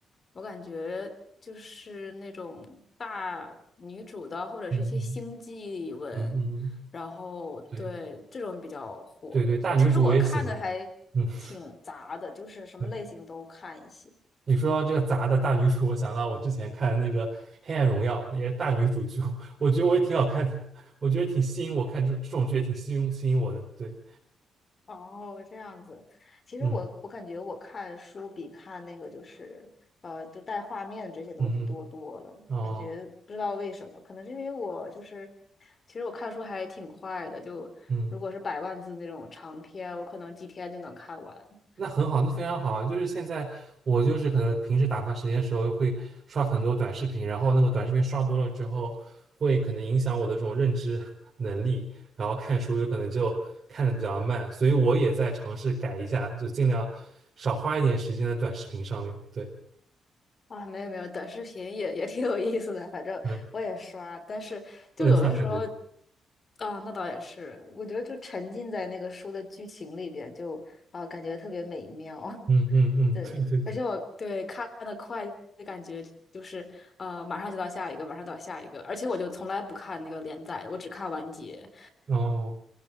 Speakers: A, on the left; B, on the right.
A: 我感觉就是那种大女主的，或者是一些星际文，
B: 嗯嗯嗯嗯，
A: 然后对这种比较火。
B: 对对对，大女主我也喜欢，
A: 其实我看的还挺杂的，
B: 嗯。<laughs>
A: 就是什么类型都看一些。
B: 对。你说到这个杂的大女主，我想到我之前看的那个《黑暗荣耀》，也是大女主剧，<laughs> 我觉得我也挺好看的，我觉得挺吸引我看这这种剧也挺吸引吸引我的。对，
A: 哦，这样子。其实我我感觉我看书比看那个就是呃，
B: 嗯
A: 就带画面这些东西多多了。
B: 嗯嗯，哦，
A: 感觉不知道为什么，可能是因为我就是，其实我看书还挺快的，就如果是百万字那种长篇，
B: 嗯。
A: 我可能几天就能看完。
B: 那很好，那非常好啊！就是现在我就是可能平时打发时间的时候会刷很多短视频，然后那个短视频刷多了之后，会可能影响我的这种认知 <laughs> 能力，然后看书有可能就看的比较慢，所以我也在尝试改一下，就尽量少花一点时间在短视频上面。对，
A: 啊，没有没有，短视频也也挺有意思的，反正我也刷，
B: 嗯，
A: 但是就有的时候，
B: 不能刷太多。
A: 啊，那倒也是，我觉得就沉浸在那个书的剧情里边，就啊，感觉特别美妙。
B: 嗯嗯嗯，
A: <laughs> 对，
B: 对对对，
A: 而且我对，看的快的感觉就是呃，马上就到下一个，马上到下一个，而且我就从来不看那个连载的我只看完结。
B: 哦。